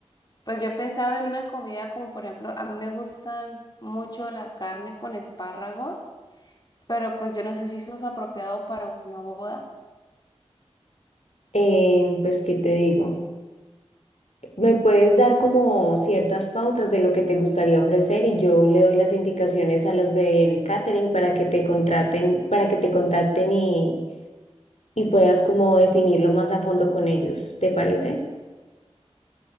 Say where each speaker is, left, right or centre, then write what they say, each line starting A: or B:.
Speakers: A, on the left (about 40°); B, on the left (about 85°).
A: Pues yo he pensado en una comida como por ejemplo, a mí me gustan mucho la carne con espárragos. pero pues yo no sé si eso es apropiado para una boda.
B: Eh, pues, ¿qué te digo? Me puedes dar como ciertas pautas de lo que te gustaría ofrecer y yo le doy las indicaciones a los del catering para que te contraten, para que te contacten y, y puedas como definirlo más a fondo con ellos. ¿Te parece?